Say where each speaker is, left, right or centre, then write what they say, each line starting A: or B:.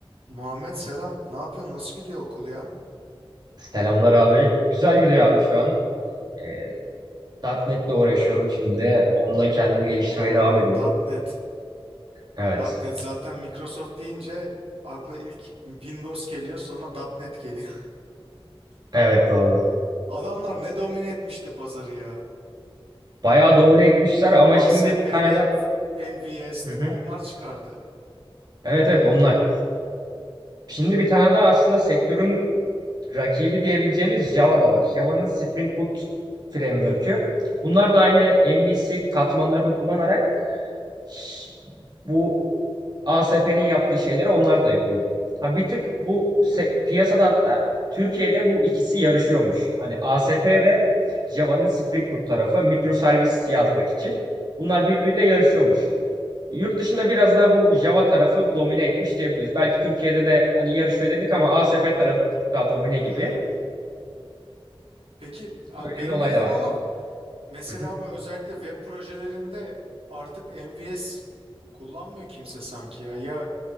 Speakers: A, on the right; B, on the right.
A: Muhammed selam. Ne yapıyorsun? Nasıl gidiyor okul ya?
B: Selamlar abi. Güzel gidiyor abi şu an. E, .NET'le uğraşıyorum şimdi. Onunla kendimi geliştirmeye
A: Oo,
B: devam ediyorum.
A: .NET.
B: Evet.
A: .NET zaten Microsoft deyince akla ilk Windows geliyor, sonra .NET geliyor.
B: Evet doğru.
A: <laughs> Adamlar ne domine etmişti pazarı ya.
B: Bayağı domine etmişler ama
A: ASP.NET,
B: şimdi bir tane daha...
A: MVS
B: Hı
A: değil
B: hı.
A: mi? Onlar çıkardı.
B: Evet evet onlar. Şimdi bir tane daha aslında sektörün rakibi diyebileceğimiz Java da var. Java'nın Spring Boot Framework'ü. Bunlar
A: Tamam.
B: da aynı MVC katmanlarını kullanarak s- bu ASP'nin yaptığı şeyleri onlar da yapıyor. Ha bir tık bu se- piyasada hatta Türkiye'de bu ikisi yarışıyormuş. Hani ASP ve Java'nın Spring Boot tarafı mikroservis yazmak için bunlar
A: Hı hı.
B: birbiriyle yarışıyormuş. Yurt dışında biraz daha bu Java tarafı domine etmiş diyebiliriz. Belki Türkiye'de de hani yarışıyor dedik ama ASP tarafı bir tık daha domine gibi.
A: Hmm. Peki abi
B: Öyle
A: benim
B: bir olay
A: bildiğim
B: da varmış.
A: ama mesela
B: Hı hı.
A: bu özellikle web projelerinde artık MVS kullanmıyor kimse sanki ya. Ya